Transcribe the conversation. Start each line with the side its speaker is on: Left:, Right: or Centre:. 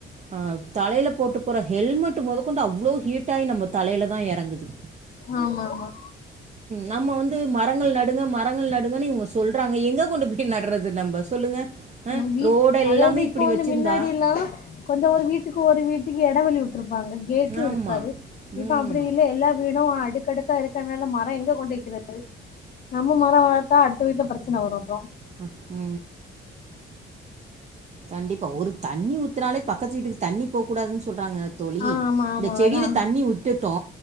Right: அ தலையில போட்டு போற ஹெல்மெட்டு மொதல் கொண்டு அவ்ளோ ஹீட் ஆயி நம்ம தலையில தா எறங்குது
Left: ஆமாம்மா
Right: நம்ம வந்து மரங்கள் நடுங்க மரங்கள் நடுங்கன்னு இவங்க சொல்றாங்க எங்கே கொண்டு போய் நட்றது நம்ம சொல்லுங்க அ
Left: ம் வீட்
Right: ரோடு எல்லாமே
Left: அதாவது
Right: இப்பிடி
Left: இப்ப வந்து
Right: வச்சிருந்தா
Left: மின்னாடி எல்லா கொஞ்சோ ஒரு வீட்டுக்கு ஒரு வீட்டுக்கு எடவேள விட் டுருப்பாங்க கேட்டு
Right: ஆமா.
Left: இருக்காது இப்ப
Right: ம்.
Left: அப்டி இல்ல எல்லா வீடு அடுக்கடுக்கா இருக்கிறதுனால மரோ எங்க கொண்டு வைக்கிறது நம்ம மரோ வளர்த்தா அடுத்த வீட்ல பிரச்சன வரு அப்றோ
Right: ம்க்கு கண்டிப்பா ஒரு தண்ணி ஊத்தினாலே பக்கத்து வீட்டுக்கு தண்ணி போ கூடாதுன்னு சொல்றாங்க தோழி
Left: ஆ ஆமா ஆமா
Right: இந்த செடியில
Left: அதா
Right: தண்ணி விட்டுட்டோ